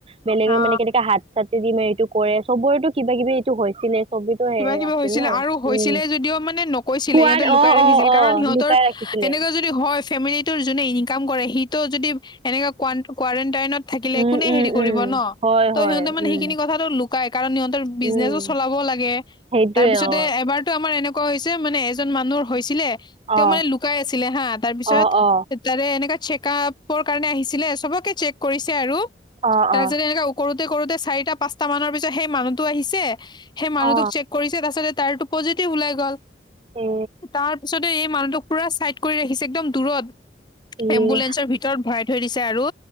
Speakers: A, on the right (about 30°); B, on the left (about 25°).
A: বেলেগে
B: অ
A: মানে কেনেকে হাত চাত দি মে এইটো কৰে চবৰেতো কিবা কিবি এইটো হৈছিলে চবেতো সে
B: কিবা কিবি
A: আছিল
B: হৈছিলে
A: ন
B: আৰু হৈছিলে
A: উম
B: যদিও মানে নক কৈছিল
A: খোৱাত
B: সিহঁতে লুকাই
A: অ
B: ৰাখিছিল
A: অ অ
B: কাৰণ সিহঁতৰ
A: লুকাই ৰাখিছিলে
B: এনেকুৱা যদি হয় ফেমিলিৰ টোৰ যোনে ইনকাম কৰে সিটো যদি এনেকুৱা কুৱাৰণ্টিয়ান থাকিলে
A: উম
B: কোনে
A: উম
B: হেৰি কৰিব
A: উম
B: ন
A: হয়
B: ত
A: হয়
B: সিহতে মানে
A: উম
B: সেইখিনি কথাটো লু কুৱাই কাৰণ সিহতৰ বিজনেচো
A: উম
B: চলাব লাগে
A: সেইটোৱে
B: তাৰপিছতে
A: অ
B: এবাৰ ত আমাৰ এনেকুৱা হৈছে মানে এজন মানুহৰ হৈছিলে তেওঁ
A: অ
B: মানে লুকাই আছিলে হা তাৰপিছত
A: অ অ
B: তাৰে এনেকা চেকা আপৰ কাৰণে আহিছিলে চবকে চেক কৰিছে আৰু
A: অ
B: তাৰপিছতে
A: অ
B: এনেকা কৰোতে কৰোতে চাৰিটা পাঁচটা মানৰ পিছত সেই মানুহতো আহিছে সেই মানুহটোক
A: অ
B: চেক কৰিছে তাৰপাছতে তাৰো পজিটিভ ওলাই গ'ল
A: এ
B: তাৰ পিছতে এই মানুহটোক পুৰা চাইড কৰি ৰাখিছে একদম দূৰত
A: ইয়ে
B: এম্বুলেন্সৰ ভিতৰত ভৰাই থৈ দিছে আৰু